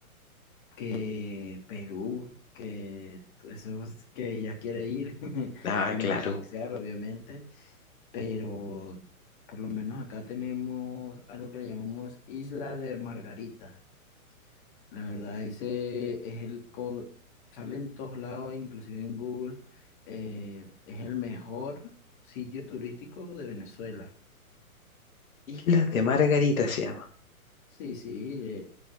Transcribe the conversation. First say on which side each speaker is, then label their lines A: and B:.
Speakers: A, on the left; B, on the left.
A: que Perú, que esos que ya quiere ir, <laughs>
B: Ah,
A: sin
B: claro.
A: menospreciar, obviamente, pero por lo menos acá tenemos algo que le llamamos Isla de Margarita. La verdad, ese es el co- sale en todos lados, inclusive en Google, eh, es el mejor sitio turístico de Venezuela.
B: Islas
A: Eh,
B: de Margarita se llama.
A: sí, sí, eh,